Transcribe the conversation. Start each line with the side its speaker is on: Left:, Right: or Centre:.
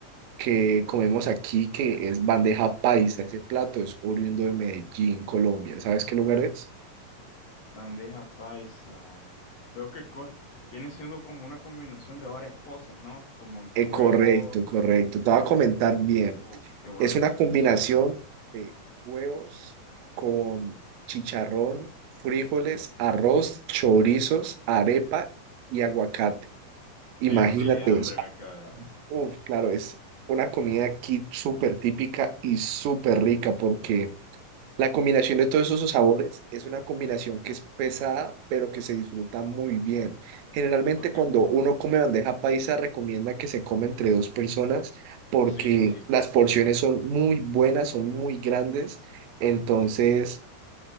Right: que comemos aquí, que es bandeja paisa. Ese plato es oriundo de Medellín, Colombia. ¿Sabes qué lugar es?
Left: Bandeja paisa. Veo que co- viene siendo como una combinación de varias cosas, ¿no? Como entre
Right: Eh,
Left: huevo.
Right: correcto, correcto. Te voy a comentar bien.
Left: Uf, qué bueno
Right: Es una
Left: se
Right: combinación
Left: ve eso.
Right: de huevos con chicharrón, frijoles, arroz, chorizos, arepa y aguacate. Imagínate
Left: Me quedé hambre,
Right: eso.
Left: me quedé.
Right: Uf, claro, es una comida aquí súper típica y súper rica porque la combinación de todos esos sabores es una combinación que es pesada, pero que se disfruta muy bien. Generalmente
Left: Ok.
Right: cuando uno come bandeja paisa, recomienda que se come entre dos personas porque
Left: Sí, sí, sí.
Right: las porciones son muy buenas, son muy grandes. Entonces,